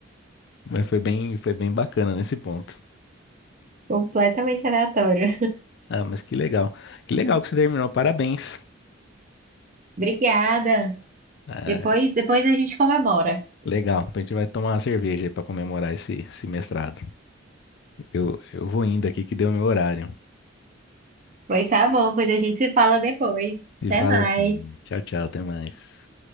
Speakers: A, on the left (about 60°); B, on the right (about 40°).
A: Mas foi bem, foi bem bacana nesse ponto.
B: completamente aleatório.
A: Ah, mas que legal. Que legal que você terminou. Parabéns.
B: Obrigada.
A: Ah,
B: Depois, depois a gente comemora.
A: Legal, a gente vai tomar uma cerveja aí para comemorar esse, esse mestrado. Eu, eu vou indo aqui que deu meu horário.
B: Pois tá bom, pois a gente se fala depois.
A: Se
B: Até
A: fala
B: mais.
A: assim, tchau, tchau, até mais.